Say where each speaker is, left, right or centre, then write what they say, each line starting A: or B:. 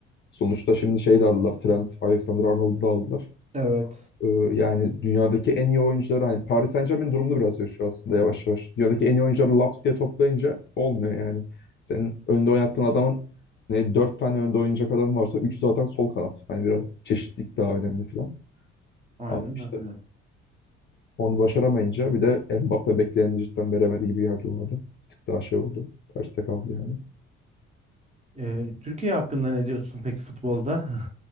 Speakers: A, on the left (about 30°); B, on the right (about 20°).
A: sonuçta şimdi şey de aldılar. Trent, Alexander-Arnold'u da aldılar.
B: Evet.
A: Ee, yani dünyadaki en iyi oyuncuları hani Paris Saint-Germain durumunu biraz yaşıyor aslında yavaş yavaş. Dünyadaki en iyi oyuncuları laps diye toplayınca olmuyor yani. Senin önde oynattığın adamın ne dört tane önde oynayacak adam varsa üçü zaten sol kanat. Hani biraz çeşitlilik daha önemli falan.
B: Aynen
A: Ama işte
B: öyle.
A: onu başaramayınca bir de Mbappe bekleneni cidden veremedi gibi geldi bana da. Bir tık daha şey oldu. Terste kaldı yani.
B: Ee, Türkiye hakkında ne diyorsun peki futbolda?